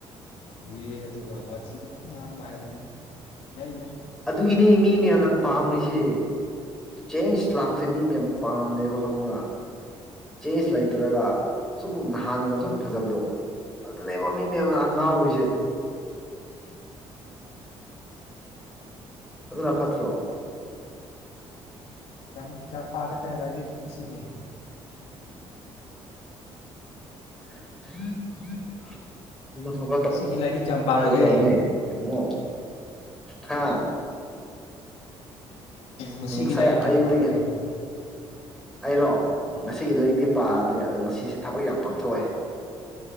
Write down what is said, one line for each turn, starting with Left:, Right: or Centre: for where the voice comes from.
Centre: ꯎꯝ
Left: ꯎꯏꯌꯦ ꯋꯥꯊꯤꯗꯤ ꯐꯖ ꯉꯥꯡꯕ ꯍꯩꯔꯦ ꯅꯪ ꯌꯥꯏ ꯌꯥꯏ
Centre: ꯑꯗꯨꯒꯤꯅꯤ ꯃꯤ ꯃꯌꯥꯝꯅ
Left: ꯍꯣꯠꯅꯕꯤꯌꯨ
Centre: ꯄꯥꯝꯃꯤꯁꯦ
Left: ꯍꯣꯠꯅꯕꯤꯌꯨ
Centre: <unintelligible> <unintelligible> ꯃꯤ ꯃꯌꯥꯝ ꯄꯥꯝꯗꯦꯕ ꯈꯪꯕ꯭ꯔꯥ ꯆꯦꯁ ꯂꯩꯇ꯭ꯔꯒ ꯖꯨꯝ ꯅꯍꯥꯟꯒꯨꯝ ꯖꯨꯝ ꯐꯖꯕꯗꯣ ꯑꯗꯨꯅꯦꯕ ꯃꯤ ꯃꯌꯥꯝꯅ ꯉꯥꯎꯔꯤꯁꯦ ꯑꯗꯨꯅ ꯐꯠꯇ꯭ꯔꯣ
Left: <inaudible>
Centre: <unintelligible> <unintelligible>
Left: ꯉꯁꯤꯒꯤ ꯂꯥꯏꯔꯤꯛ ꯀꯌꯥꯝ ꯄꯥꯔꯒꯦ
Centre: ꯇꯧꯒꯗꯕꯅꯦ ꯏꯕꯨꯡꯉꯣ ꯍꯥ
Left: ꯉꯁꯤꯒꯤ
Centre: ꯉꯁꯥꯏ
Left: ꯂꯥꯏꯔꯤꯛ ꯀꯌꯥꯝ
Centre: ꯑꯌꯨꯛꯇꯒꯤ
Left: ꯄꯥꯔꯒꯦ
Centre: ꯑꯩꯔꯣ ꯑꯁꯤꯒꯤꯗꯣ ꯑꯩꯗꯤ ꯄꯥꯗ꯭ꯔꯤ ꯑꯗ ꯉꯁꯤꯁꯦ ꯊꯕꯛ ꯌꯥꯝ ꯄꯥꯡꯊꯣꯛꯑꯦ